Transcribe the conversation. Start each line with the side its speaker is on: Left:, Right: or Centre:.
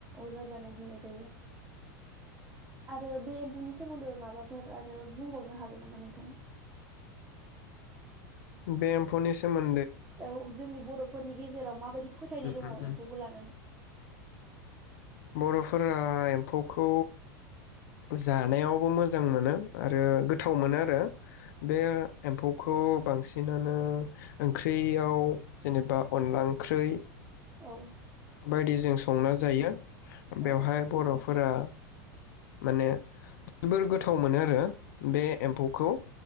Right: अजा जानाय बुंनाय जायो आरो बे एम्फौनि सोमोन्दै माबाफोर आरो बुंबावनो हागोन नामा नोंथाङा
Left: बे एम्फौनि सोमोन
Right: औ जोंनि बर'फोरनि गेजेराव माबायदि फोथायनाय
Left: उम
Right: दङ
Left: उम उम
Right: एम्फौखौ लानानै
Left: बर'फोरा एम्फौखौ जानायावबो मोजां मोनो आरो गोथाव मोनो आरो बे एम्फौखौ बांसिनानो ओंख्रियाव जेनेबा अनला ओंख्रै
Right: औ
Left: बायदिजों संना जायो
Right: औ
Left: बेवहाय बर'फोरा माने जोबोर गोथाव मोनो आरो बे एम्फौखौ